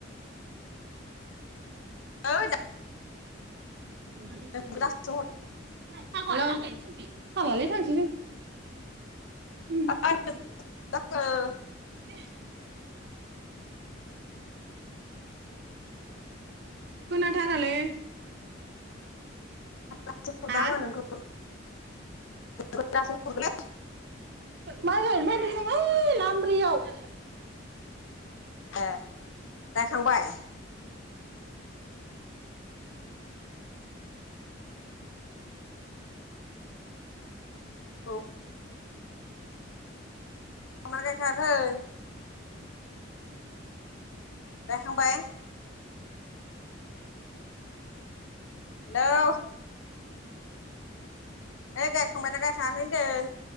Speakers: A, on the left (about 85°); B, on the right (about 60°).
A: ओइ
B: हेलौ
A: नोंखौ दासो
B: <inaudible> हालाय थांसै जों।
A: <unintelligible>
B: उम <unintelligible> खोनाथारालै।
A: <unintelligible>
B: हा माइ गायनो फायदों जों ओइ लामब्रैयाव।
A: एह गायखांबाय। औ। <unintelligible> गायखांबाय। हेलौ। ओ गायखांबायना गायखाङाखै होनदों।